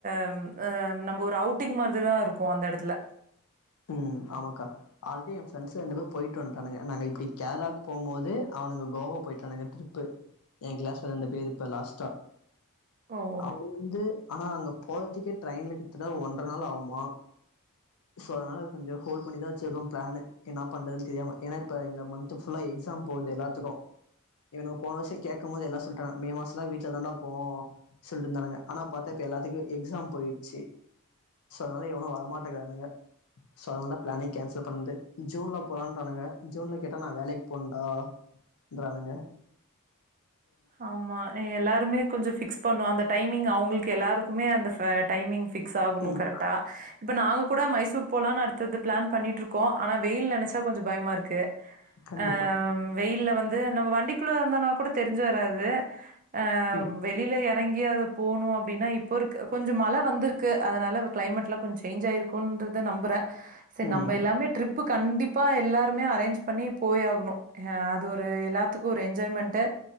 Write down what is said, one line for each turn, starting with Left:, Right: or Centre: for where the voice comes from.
Right: அம் அம் நம்ப ஒரு அவுட்டிங் மாரிதிதா இருக்கு அந்த எடத்துல
Left: ம் ஆமாக்கா ஆல்ரெடி எ ஃப்ரெண்ட்ஸ் ரெண்டு பேரு போயிட்டு வந்டானுங்க நாங்க இப்டி கேர்ளாக்கு போம்போது அ அவனுங்க கோவா போயிட்டானுங்க ட்ரிப்பு எ கிளாஸ்ல ரெண்டு பேரு இப்ப லாஸ்ட்டா
Right: ஓ!
Left: அவனுங்க வந்து ஆனா அங்க போறதுக்கே ட்ரெயின்ல கிட்தட்ட ஒன்ர நாள் ஆவுமா சோ அதனால கொஞ்சொ ஹோல்ட் பண்ணிதா வச்சிருக்கோ பிளான்னு என்ன பண்றதுன் தெரியாம ஏனா இப்ப இந்த மந்த்து ஃபுல்லா எக்ஸாம் போய் ட்ருக்கு எல்லாத்துக்கு இவனுங்க போன வர்ஷ கேக்கும்போது என்ன சொல்ட்டாங்க மே மாசோலா வீட்ல தான்டா இர்போ சொல்ட்டு இருந்தானுங்க ஆனா பாத்தா இப்ப எல்லாத்துக்கு எக்ஸாம் போயிட்ச்சு சோ அதனால எவனு வரமாட்டேங்கிறானுங்க ஸோ அதனாலதா பிளானே கேன்சல் பண்ணது ஜூன்ல போலான்றானுங்க ஜூன்ல கேட்டா நா வேலைக்கு போனுன்டா ன்றானுங்க
Right: ஆமா எல்லாருமே கொஞ்சொ ஃபிக்ஸ் பண்ணுவோ அந்த டைமிங் அவ்ங்களுக்கு எல்லாருக்கு குமே அந்த ஃப டைமிங் ஃபிக்ஸ் ஆகனு
Left: ம்
Right: கரெக்டா இப்ப நாங்க கூட மைசூர் போலான் அடுத்தது பிளான் பண்ணிட்ருக்கோ ஆனா வெயில் நெனச்சா கொஞ்ச பயமா இருக்கு
Left: கண்டிப்பா
Right: ஆம் வெயில்ல வந்து நம்ம வண்டிக்குள்ள இருந்தோனா கூட தெரிஞ்ச வராது ஆ
Left: ம்
Right: வெளிலயா எங்கயாவ்து போணு அப்டினா இப்போ இருக் கொஞ்ச மழ வந்திருக்கு அதனால கிளைமேட் லா கொஞ்ச சேன்ஞ் ஆயிருக்குன்றத நம்புறே செரி
Left: ம்
Right: நம்ப எல்லாமே ட்ரிப்பு கண்டிப்பா எல்லாருமே அரேஞ்ச் பண்ணி போய் ஆகணு ஆ அது ஒரு எல்லாத்துக்கு ஒரு என்ஜாய்மெண்ட்டு